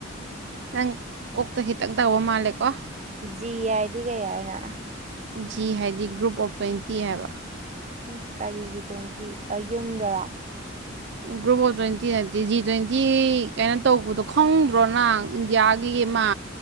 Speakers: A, on the right; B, on the right.
A: ꯅꯪ ꯀꯣꯛꯇ ꯈꯤꯇꯪ ꯇꯧꯕ ꯃꯥꯜꯂꯦꯀꯣ
B: ꯖꯤ ꯌꯥꯏꯗꯤ ꯀꯩ ꯍꯥꯏꯅ
A: ꯖꯤ ꯍꯥꯏꯗꯤ ꯒ꯭ꯔꯨꯞ ꯑꯣꯐ ꯇ꯭ꯋꯦꯟꯇꯤ ꯍꯥꯏꯕ
B: ꯁ ꯀꯔꯤꯒꯤ ꯇ꯭ꯋꯦꯟꯇꯤ ꯌꯨꯝꯗꯔꯥ
A: ꯒ꯭ꯂꯣꯕꯜ ꯇ꯭ꯋꯦꯟꯇꯤ ꯅꯠꯇꯦ ꯖꯤ ꯇ꯭ꯋꯦꯟꯇꯤ ꯀꯩꯅꯣ ꯇꯧꯕꯗꯣ ꯈꯪꯗ꯭ꯔꯣꯅꯪ ꯏꯟꯗꯤꯌꯥꯒꯤ ꯑꯃ